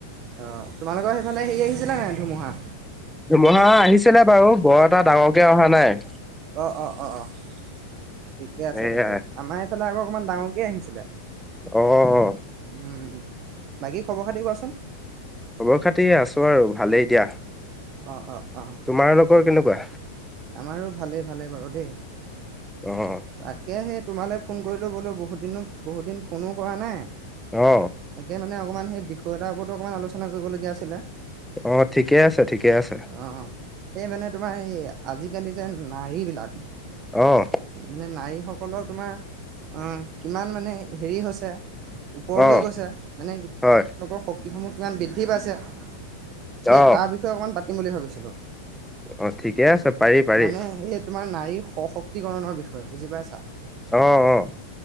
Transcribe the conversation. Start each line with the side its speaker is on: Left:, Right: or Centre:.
Right: অঁ, তোমালোকৰ সেইফালে হেৰি আহিছে নাই ধুমুহা?
Centre: ধুমুহা আহিছিলে বাৰু, বৰ এটা ডাঙৰকে অহা নাই।
Right: অঁ, অঁ, অঁ ঠিকে
Centre: সেয়াই।
Right: আছে তেতিয়া। আমাৰ এইফালে আকৌ অকমান ডাঙৰকে আহিছিলে।
Centre: অঁ, অঁ, অঁ।
Right: উম, বাকী খবৰ খাতি কোৱাচোন?
Centre: খবৰ খাতি আছো আৰু ভালেই দিয়া।
Right: অঁ, অঁ, অঁ।
Centre: তোমাৰলোকৰ কেনেকুৱা?
Right: আমাৰো ভালেই ভালে বাৰু দেই।
Centre: অঁ।
Right: তাকেহে তোমালৈ ফোন কৰিলোঁ বোলো বহুত দিন ফোনো কৰা নাই। তাকে
Centre: অ
Right: মানে অকমান সেই বিষয় এটাৰ ওপৰতো অকণমান আলোচনা কৰিবলগীয়া আছিলে।
Centre: অঁ, ঠিকে আছে, ঠিকে আছে।
Right: অঁ, অঁ। সে মানে তোমাৰ এই আজিকালি যে নাৰী বিলাক-
Centre: অঁ।
Right: মানে নাৰীসকলৰ তোমাৰ- অঁ, কিমান মানে হেৰি হৈছে, ওপৰলৈ
Centre: অ
Right: গৈছে মানে- তেওঁলোকৰ
Centre: হয়
Right: শক্তিসমূহ কিমান বৃদ্ধি পাইছে। সেই
Centre: অঁ,
Right: তাৰ বিষয়ে অকমান পাতিম বুলি ভাবিছিলো।
Centre: অঁ ঠিকে আছে। পাৰি পাৰি
Right: মানে এই তোমাৰ নাৰীৰ সশক্তিকৰণৰ বিষয়ে বুজি পাইছা।
Centre: অঁ, অঁ।